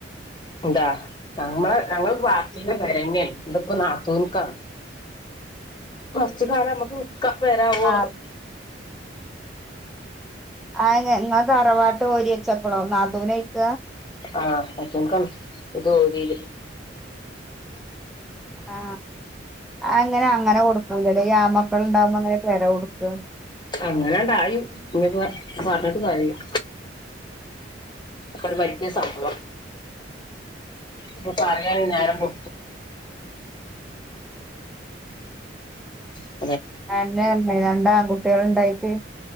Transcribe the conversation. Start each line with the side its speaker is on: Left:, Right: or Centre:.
Left: എന്താ ഞമ്മളെ ഞങ്ങൾ പാർട്ടി വരങ്ങെയാണ് ഇതി ഇപ്പോ നാത്തൂനുക്കാ. വസ്തു കാലം നമുക്ക് നിക്ക പെര ആവുവോളം
Centre: ആഹ് ആ ഞങ്ങൾ തറവാട്ട് ഓഹരി വെച്ചപ്പളോ നാത്തൂന് അയ്ക
Left: ആ നാത്തൂൻ കാണ് ഇത് ഒരീൽ
Centre: ആ അങ്ങനെ അങ്ങനെ കൊടുക്കാൻ കഴിയും ഈ ആ മ്മക്കൾ ഇണ്ടാവുമ്പോ എങ്ങനെ പെര കൊടുക
Left: അങ്ങനെണ്ടായും ഇനിയിപ്പം പറഞ്ഞിട്ട് പറയും അപ്പൊ ഒരു വലിയ സംഭ. വം ഇപ്പ പറയാൻ നേരമ്പോ ആ
Centre: അല്ലെ അല്ലെ രണ്ടആൺ കുട്ടികള് ഉണ്ടായിട്ട്